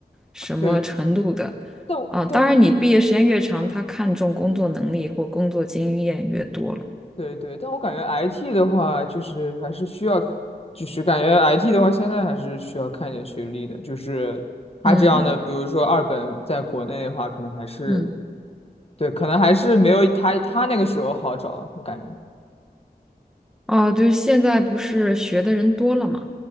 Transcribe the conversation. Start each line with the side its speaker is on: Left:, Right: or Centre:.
Centre: 什么程度的，
Left: 对，但我但我
Centre: 啊，当然你毕业时间越长，他看重工作能力或工作经验越多了。
Left: 对对，但我感觉 IT 的话，就是还是需要，就是感觉 IT 的话，现在还是需要看一点学历的。就是他这样的，
Centre: 嗯嗯
Left: 比如说二本，在国内的话，可能还是
Centre: 嗯。
Left: 对，可能还是没有他他那个时候好找，我感觉。
Centre: 啊，对，现在不是学的人多了嘛，